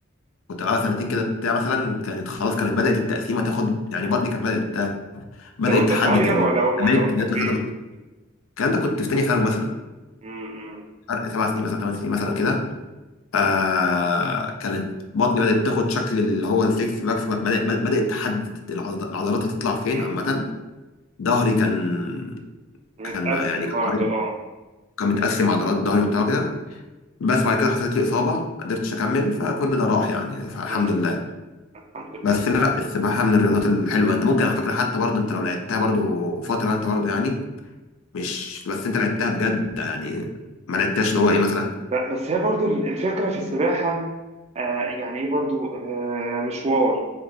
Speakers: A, on the left; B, on the right.
A: كنت بلعبها سنتين كده بتاع مثلا كانت خلاص كانت بدات التقسيمه تاخد يعني بطني كانت بدات بدات
B: لو انت
A: تحدد
B: صغير
A: الاماكن
B: ولا ولا وانت
A: اللي
B: كبير
A: هتطلع فيها عضلات. الكلام ده كنت في تانيه ثانوي مثلا
B: امم
A: فرق سبع سنين مثلا ثمان سنين مثلا كده آه كانت بطني بدأت تاخد شكل اللي هو السكس باكس بدأت بدأت تحدد العض- العضلات هتطلع فين
B: امم
A: عامة ظهري كان
B: متقسم
A: كان ما يعني كان
B: برضو
A: عريض
B: اه
A: كان متقسم عضلات ظهري وبتاع كده بس بعد كده حصلت لي إصابة ما قدرتش أكمل فكل ده راح يعني فالحمد
B: امم
A: لله
B: الحمد لله
A: بس لا السباحة من الرياضات الحلوة أنت ممكن على فكرة حتى برضه أنت لو لعبتها برضه فترة أنت برضه يعني مش بس أنت لعبتها بجد يعني ما لعبتهاش اللي هو إيه مثلا
B: ب- بس هي برضو الفكره في السباحه آه يعني ايه برضو آه مشوار